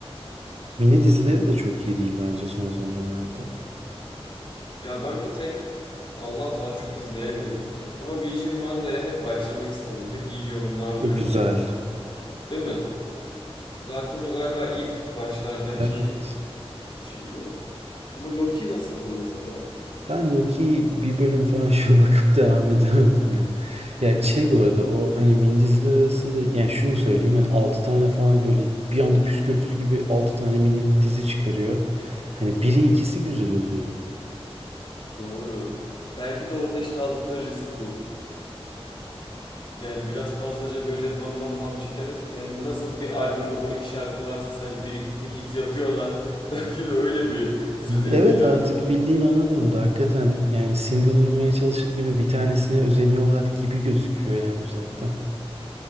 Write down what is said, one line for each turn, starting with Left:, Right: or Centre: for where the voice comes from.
Right: Mini dizileri de çok iyi değil bence son zamanlarda.
Left: Ya ben bir tek Allah var çok izleyemedim. Ama Vision Vanda'ya hep başlamak istedim. Hep iyi yorumlar
Right: O
Left: duydum.
Right: güzel.
Left: Değil mi? Zaten o galiba ilk başlardaki
Right: Evet.
Left: şeyi. Ama Loki nasıldı mesela?
Right: Ben Loki'yi bir bölüm falan <laughs> şöyle bakıp devam edemedim ya. Ya şey bu arada o hani mindizler arasında yani şunu söyleyeyim hani 6 tane falan böyle bir anda püskürtür gibi 6 tane mini dizi çıkarıyor. Hani
Left: Hı hı.
Right: biri ikisi güzel oluyor.
Left: Doğru. Belki de orada işte aldıkları risk bu. Yani biraz fazlaca böyle bam bam bam çıkarıp yani nasıl bir albümde 12 şarkı varsa sadece bir iki hit yapıyorlar. <laughs> Belki de öyle bir stratejide
Right: Evet
Left: ilerlediler.
Right: artık bildiğin ona döndü. Hakikaten yani single vurmaya çalışır gibi bir tanesine özeniyorlar gibi gözüküyor yani uzaktan.